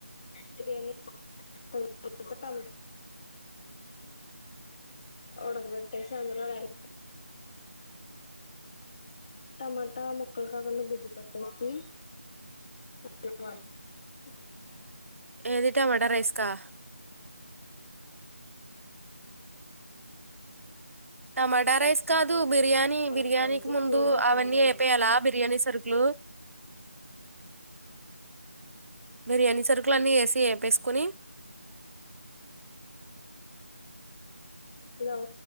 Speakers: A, on the left; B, on the right.
A: బిర్యానీటా ఉడగబెట్టేసి అందులోంట టమాటా ముొక్కలు కాకుండా గుజ్జు పట్టేసి <unintelligible>
B: ఏది వడ రైస్ కా టమాటా రైస్ కాదు బిర్యానీ
A: ఉడకవద్ది
B: బిర్యానీకి ముందు
A: ఇదేమో
B: అవన్నీ
A: టమాటా
B: అయిపోయాలా బిర్యానీ సరుకులు బిర్యానీ సరుకులన్నీ ఎసి ఎపేసుకొని
A: హలో